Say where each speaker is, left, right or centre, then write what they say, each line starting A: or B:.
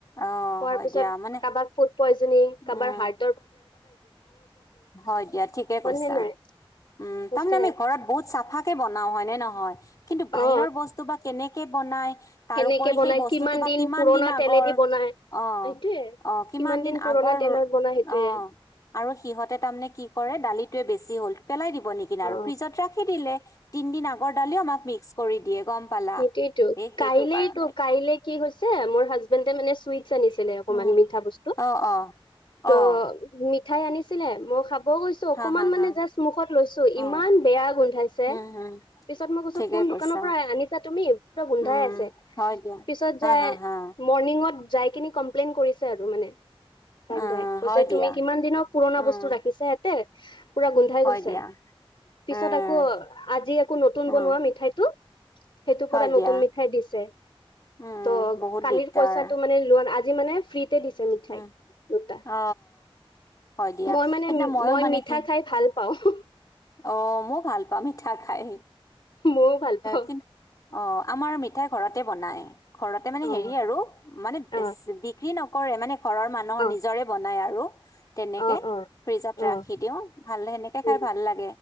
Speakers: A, on the left (about 40°); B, on the left (about 60°).
A: অ
B: হোৱাৰ
A: হয়
B: পিছত
A: দিয়া মানে
B: কাৰোবাক ফুড পয়জনিং
A: উম
B: কাৰোবাৰ হাৰ্ট
A: হয় দিয়া ঠিকে কৈছা।
B: হয় নে নাই
A: উম
B: সঁচাই
A: তাৰমানে আমি ঘৰত বহুত চাফা কে বনাও হয় নে নহয়? কিন্তু বাহিৰৰ
B: অ
A: বস্তু বা কেনেকে বনায়। তাৰপৰি
B: কেনেকে বনাই
A: সেই বস্তুটো বা কিমান
B: পুৰণা
A: দিন আগৰ?
B: তেলেদি বনাই
A: অ'
B: সেইটোয়ে
A: অ' কিমান দিন
B: পুৰণা
A: আগৰ,
B: তেলত বনাই সেইটোয়ে
A: অ'। আৰু সিহঁতে তাৰমানে কি কৰে দালিটোৱে বেছি হ'ল পেলাই দিব নেকিন
B: অ
A: আৰু ফ্ৰিজত ৰাখি দিলে। তিনদিন আগৰ দালিও আমাক মিক্স কৰি দিয়ে। গম পালা।
B: সটোতো
A: এই সেইটো
B: কাইলেতো
A: কাৰণে
B: কাইলে কি হৈছে মোৰ হাজবেণ্ডে মানে নিছে নিছিলে অকমান
A: উম,
B: মিঠা বস্ত।
A: অ', অ', অ',
B: ত' মিঠাই আনিছিলে মই খাব গৈছো অকমান
A: হা, হা,
B: মানে
A: হা,
B: জাষ্ট মুখত লৈছো
A: অ',
B: ইমান বেয়া গোন্ধাইছে,
A: উম, উম,
B: পিছত মই কৈছো
A: ঠিকে
B: কোন
A: কৈছা
B: দোকানৰ পৰা আনি াতুমি পোৰা গোন্ধাই
A: উম,
B: আছে,
A: হয় দিয়া
B: পিছত
A: হা,
B: যায়
A: হা, হা।
B: মৰ্নিং উঅট যায় কিনি কমপ্লেইন কৰিছে আৰু মানে। তাক
A: উম,
B: যায়, কৈছে
A: হয় দিয়া।
B: তুমি কিমান দিনৰ পুৰণা
A: উম,
B: বস্তু ৰাখিছা এতে। পুৰা গোন্ধাই
A: হয়
B: গৈছে,
A: দিয়া।
B: পিছত
A: উম,
B: আকৌ আজি আকৌ নতুন
A: উম,
B: বনোৱা মিঠাইতটো এইটো পোৰা
A: হয়
B: নতুন
A: দিয়া।
B: মিঠাই দিছে
A: উম,
B: ত',
A: বহুত
B: কালিৰ
A: দিগদাৰ।
B: পইচাটো মানে লৈ আজি মানে ফ্ৰীতে দিছে মিঠাই
A: উম,
B: দুটা।
A: অ'। হয় দিয়া।
B: মই মানে,
A: সেইদিনা মইও
B: মই
A: মানে
B: মিঠা
A: কি
B: খাই ভাল পাওঁ।
A: অ, মই ভাল পাওঁ মিঠা খাই,
B: মইও ভাল পাওঁ
A: কিন্তু অ', আমাৰ মিঠ মিঠাই ঘৰতে বনাই, ঘৰতে মানে
B: অ
A: হেৰি আৰু মানে
B: অ
A: বিক্ৰী নকৰে মানে ঘৰৰ মানুহৰ
B: অ
A: নিজৰে বনাই আৰু। তেনেকে
B: অ অ
A: ফ্ৰিজত
B: অ
A: ৰাখি দিও, ভাল সেনেকে
B: উম
A: খাই ভাল লাগে।